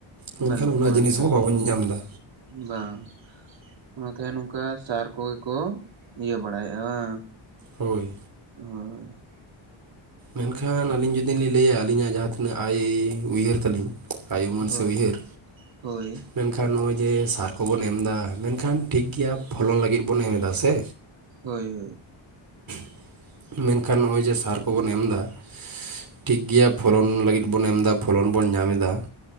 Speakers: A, on the right; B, on the right.
A: ᱢᱮᱱᱠᱷᱟᱱ
B: ᱵᱟᱹᱱᱩᱜ
A: ᱚᱱᱟ
B: ᱠᱚᱣᱟ
A: ᱡᱤᱱᱤᱥ
B: ᱱᱮᱛᱟᱨ
A: ᱦᱚᱸ ᱵᱟᱵᱚᱱ
B: ᱫᱚ
A: ᱧᱮᱧᱟᱢ ᱫᱟ᱾
B: ᱵᱟᱝ ᱚᱱᱟᱛᱮ ᱱᱚᱝᱠᱟ ᱥᱟᱨ ᱠᱚᱜᱮ ᱠᱚ ᱤᱭᱟᱹ ᱵᱟᱲᱟᱭᱮᱭᱟ ᱵᱟᱝ
A: ᱦᱳᱭ᱾
B: ᱦᱳ ᱡᱳᱭ ᱾
A: ᱢᱮᱱᱠᱷᱟᱱ ᱟᱹᱞᱤᱧ ᱡᱩᱫᱤ ᱞᱤᱧ ᱞᱟᱹᱭᱟ ᱟᱹᱞᱤᱧᱟᱜ ᱡᱟᱦᱟᱸ ᱛᱤᱱᱟᱹᱜ ᱟᱭ ᱩᱭᱦᱟᱹᱨ ᱛᱟᱞᱤᱧ᱾ ᱟᱭᱳᱢᱟᱹᱱ
B: ᱦᱳᱭ
A: ᱥᱮ ᱩᱭᱦᱟᱹᱨ᱾
B: ᱦᱳᱭ
A: ᱢᱮᱱᱠᱷᱟᱱ ᱱᱚᱜᱼᱚᱭ ᱡᱮ ᱥᱟᱨ ᱠᱚᱵᱚᱱ ᱮᱢ ᱫᱟ ᱢᱮᱱᱠᱷᱟᱱ ᱴᱷᱤᱠ ᱜᱮᱭᱟ ᱯᱷᱚᱞᱚᱱ ᱞᱟᱹᱜᱤᱫ ᱵᱚᱱ ᱮᱢ ᱮᱫᱟ ᱥᱮ᱾
B: ᱦᱳᱭ ᱦᱳᱭ᱾
A: <inaudible> ᱢᱮᱱᱠᱷᱟᱱ ᱱᱚᱜᱼᱚᱭ ᱡᱮ ᱥᱚᱨ᱾ ᱠᱚᱵᱚᱱ ᱮᱢ ᱫᱟ ᱴᱷᱤᱠ ᱜᱮᱭᱟ ᱯᱷᱚᱞᱚᱱ ᱞᱟᱹᱜᱤᱫ ᱵᱚᱱ ᱮᱢ ᱫᱟ ᱯᱷᱚᱞᱚᱱ ᱵᱚᱱ ᱧᱟᱢ ᱮᱫᱟ